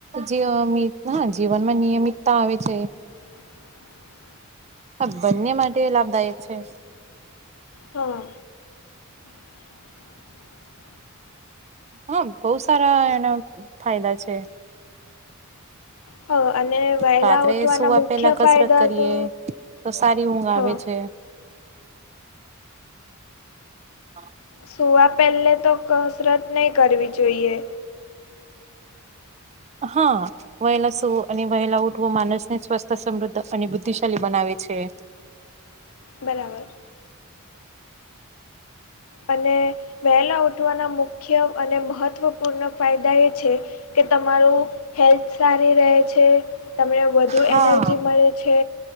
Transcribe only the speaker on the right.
જીવમી હા જીવનમાં નિયમિતતા આવે છે
હ બંને માટે લાભદાયક છે
હા બહુ સારા એના ફાયદા છે
રાત્રે
સુવા
પેલા કસરત
કરીએ
તો સારી ઊંઘ આવે
છે હા
હા વહેલા સૂવું અને વહેલા ઉઠવું માનસને સ્વસ્થ સમૃદ્ધ અને બુદ્ધિશાલી બનાવે છે
હા